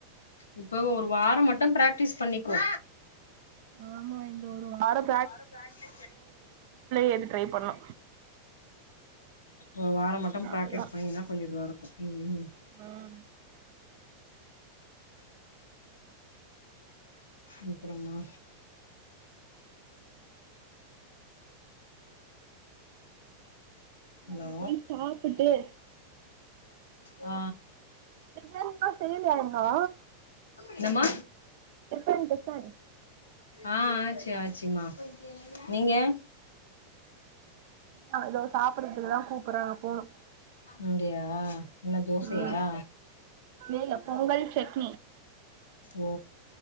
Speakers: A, on the left (about 75°); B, on the right (about 50°).
A: இப்ப ஒரு வாரம் மட்டும் ப்ராக்டிஸ் பண்ணிக்கோ
B: ஆமா இந்த ஒரு வாரம்
A: ம் ஒரு வாரம்
B: ஏந்து ட்ரை பண்ணு
A: ஒரு வாரம் மட்டும் ப்ராக்ட்டிஸ்
B: அப்பதா
A: பண்ணீங்கன்னா கொஞ்ச இதுவா இருக்கூ ம் ம்
B: ம்
A: <inaudible> அப்புறமா ஹலோ
B: அங்க போய் சாப்புட்டு
A: ஆ
B: இது வேணுனா செய்யலாமா
A: என்ன மா
B: டிஃபன் டிஃபன்
A: ஆ ஆச்சு ஆச்சுமா நீங்க
B: அ அதோ சாப்புடுறதுக்குதா கூப்புடுறாங்க போனு
A: அப்டியா என்ன தோசையா
B: ம் இல்ல பொங்கல் செட்
A: ஓ